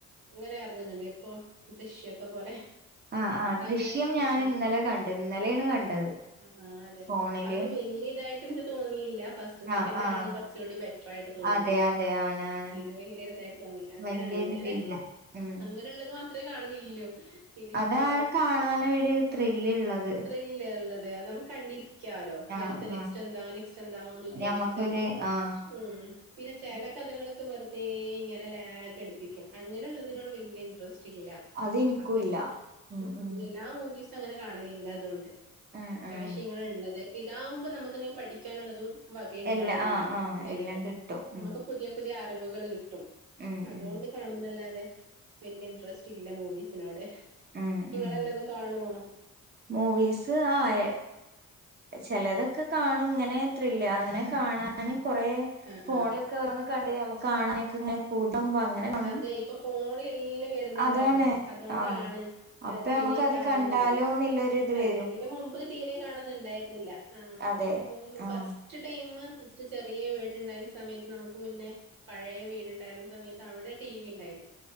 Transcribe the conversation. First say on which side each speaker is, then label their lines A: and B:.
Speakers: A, on the right; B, on the right.
A: ഇങ്ങനെ ഇറങ്ങുന്നുണ്ട് ഇപ്പൊ കൃഷിയൊക്കെ പോലെ
B: ആഹ്ആ ദൃശ്യം
A: അങ്ങ
B: ഞാൻ
A: ആഹ്
B: ഇന്നലെ കണ്ടു ഇന്നലെയാണ് കണ്ടത്
A: ആഹ് അതെ
B: ഫോണില്
A: അതും വല്യയ ഇതായിട്ട് എനിക്ക് തോന്നിയില്ല ഫസ്റ്റ്
B: ആഹ്
A: സെക്കൻഡ
B: ആഹ്
A: ആണ് കുറച്ച് കുറച്ചു കുടിബെറ്റർആയിട്ട് തോന്നിയത്
B: അതെ അതെ ആണ് ആണ്
A: ഇത് വലിയ ഇതായിട്ട് തോന്നില്ല അതെ
B: വലിയൊരു
A: അങ്ങനെ
B: ഇതില്ല ഉം
A: അങ്ങനെയുള്ളത് മാത്രമേ കാണലില്ലു ഇതിപ്പോ
B: അതാണ് കാണാനൊ രു ത്രില്ല്ള്ളത്
A: ത്രില് ഉള്ളത് അത് നമ്മുക്ക് കണ്ടിരിക്കാലോ
B: ആഹ്
A: അടുത്ത നെക്സ്റ്റ്
B: ആഹ്
A: എന്താവും നെക്സ്റ്റ് എന്താാവോന്ന് വിചാരിച്ചിട്ട്
B: ഞമ്മക്കൊരു ആഹ്
A: ഉ പിന്നെ ചില കഥകളൊക്കെ വെറുതെ ഇങ്ങനെ ലാഗ് ടുപ്പിക്കും അങ്ങനെ ഉള്ളതിനോട് വല്യ ഇൻട്രസ്റ്റ് ഇല്ല
B: അത് ഇനിക്കുല്ല
A: അപ്പൊല്ലാ
B: ഉം ഉം
A: എല്ലാ മൂവിസും അങ്ങനെ കാണണില്ല അതുകൊണ്ട്
B: ഉം
A: അത്യാവശ്യം
B: ഉം
A: ഇങ്ങ ഉള്ളത് ഇതാവുമ്പോ നമുക്ക് എന്തെങ്ക പഠിക്കാനുള്ളതും വകയുണ്ടാവുംഅതിൽ
B: എല്ലാ ആഹ് ആഹ്
A: എന്തെങ്കിലും
B: എല്ലാം കിട്ടും
A: നമുക്ക്
B: ഉം
A: പുതിയ പുതിയ അറിവുകൾ കിട്ടും
B: ഉം
A: അതുകൊണ്ട്
B: ഉം
A: കാണുന്നല്ലാതെ പിന്നെഇൻട്രസ്റ്റ് ഇല്ല മൂവീസിനോട്
B: ഉം
A: നിങ്ങളെല്ലതും
B: ഉം
A: കാണുവോ
B: മൂവീസ് ആ ഏ ചിലതൊക്കെ കാണും ഇങ്ങനെ ത്രില്ല് അങ്ങനെ കാണാൻ കൊറ
A: ആഹ്
B: ഫോണില
A: ആഹ്
B: ക്ക് ഓരോന്നക്കെ കണ്ട് നമുക്ക് കാണാനൊക്കെ ഇങ്ങനെ പൂതാവുമ്പോ അങ്ങനെ കാണും
A: അതെ ഇപ്പൊ ഫോന്എല്ലാം വരുന്നുണ്ടല്ലോ
B: അതാണ്
A: അതൊണ്ടാണ്
B: ആഹ് അപ്പൊ
A: അഹ് പിന്നെയും
B: നമ്മക്കത്
A: കാണുന്നത്
B: കണ്ടാലോന്നുള്ളൊരിത്
A: അല്ലെങ്കും
B: വരും
A: മുമ്പ് തീരെ കാണുന്നുണ്ടായിരുന്നില്ല ആ
B: അതെ ആഹ്
A: ഫസ്റ്റ് ഫറ്റ് ടൈം ഫസ്റ്റ് ചെറിയ വീടുണ്ടായിരുന്ന സമയത്ത് നമുക്ക് മുന്നേ പഴയ വീടുണ്ടായിരുന്ന സമയത്ത് അവിടെ ടി വി ഉണ്ടായിരുന്നു